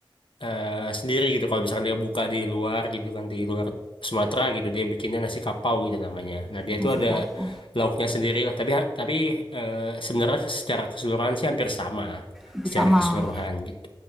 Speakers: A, on the left (about 70°); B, in the centre.
A: eh, sendiri gitu kalau misalkan dia buka di luar gitu kan di luar Sumatera gitu dia bikinnya nasi kapau gitu namanya. Nah dia
B: nasi
A: itu ada
B: kelapa
A: lauknya sendiri lah tapi tapi eh, sebenarnya secara keseluruhan sih hampir sama
B: bersama.
A: secara keseluruhan gitu.